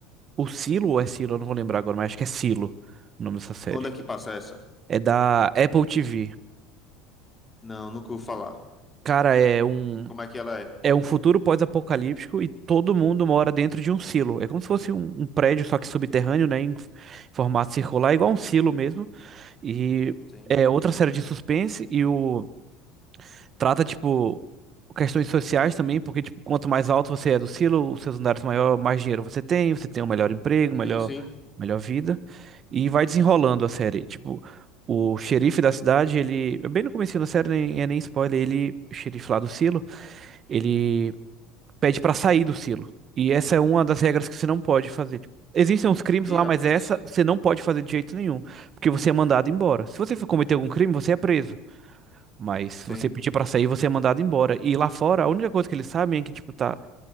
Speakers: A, on the right; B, on the left.
A: O Silo ou é Silo? Eu não vou lembrar agora, mas acho que é Silo o nome dessa série.
B: Onde é que passa essa?
A: É da Apple TV.
B: Não, nunca vou falar.
A: Cara, é um.
B: Como é que ela é?
A: É um futuro pós-apocalíptico e todo mundo mora dentro de um silo. É como se fosse um, um prédio, só que subterrâneo, né? Em f- formato circular, igual um silo mesmo. E
B: Sim.
A: é outra série de suspense e o trata, tipo, questões sociais também, porque, tipo, quanto mais alto você é do silo, os seus andares maior, mais dinheiro você tem, você tem um melhor emprego,
B: Sim,
A: melhor,
B: sim.
A: melhor vida. E vai desenrolando a série. Tipo, o xerife da cidade, ele. Bem no comecinho da série, nem é nem spoiler, ele, o xerife lá do silo. Ele pede pra sair do silo. E essa é uma das regras que você não pode fazer. Tipo, Existem uns crimes
B: Ih,
A: lá,
B: rapaz.
A: mas essa você não pode fazer de jeito nenhum, porque você é mandado embora. Se você for cometer algum crime, você é preso. Mas se
B: Sim.
A: você pedir pra sair, você é mandado embora. E lá fora, a única coisa que eles sabem é que tipo tá